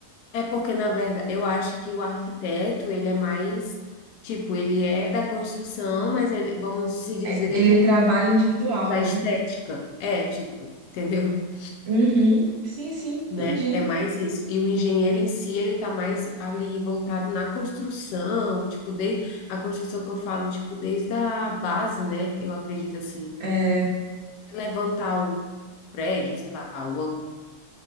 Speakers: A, on the left (about 75°); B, on the right (about 45°).
A: É porque, na verdade, eu acho que o arquiteto, ele é mais, tipo, ele é da construção, mas ele, vamos se dizer
B: É, Ele
A: que ele
B: trabalha individual,
A: é da
B: né?
A: estética. É, tipo, <laughs> entendeu?
B: Uhum. Sim, sim, entendi.
A: Né? É mais isso. E o engenheiro em si, ele tá mais ali voltado na construção, tipo, desde a construção que eu falo, tipo, desde a base, né? Eu acredito assim.
B: É,
A: Levantar o prédio, sei lá, o ângulo.